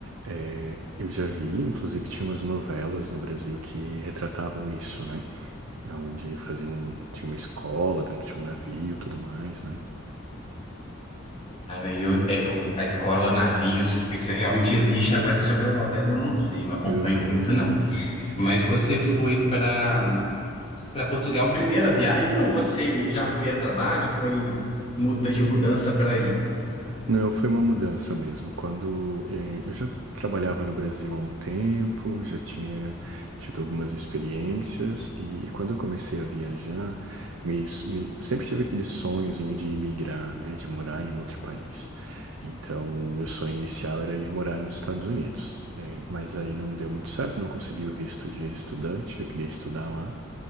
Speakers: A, on the right; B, on the left.
A: É, eu já vi, inclusive tinha umas novelas no Brasil que retratavam isso, né? Onde faziam, tinha uma escola, dentro tinha um navio, e tudo mais, né?
B: Cara, e eu, é, eu- a escola, navios, isso realmente existe. Agora, sobre a novela, eu não sei, não acompanho
A: Aham.
B: muito, não.
A: Sim.
B: Mas você foi para para Portugal primeiro a viagem ou você já foi a trabalho? Foi muda de mudança para aí?
A: Não, foi uma mudança mesmo. Quando eh, eu já trabalhava no Brasil há um tempo, já tinha tido algumas experiências, e, e quando eu comecei a viajar, me, s- me- sempre tive aquele sonhozinho de imigrar, né, de morar em outro país. Então, meu sonho inicial era ir morar nos Estados Unidos. eh, mas aí não deu muito certo, não consegui o visto de estudante que eu queria estudar lá.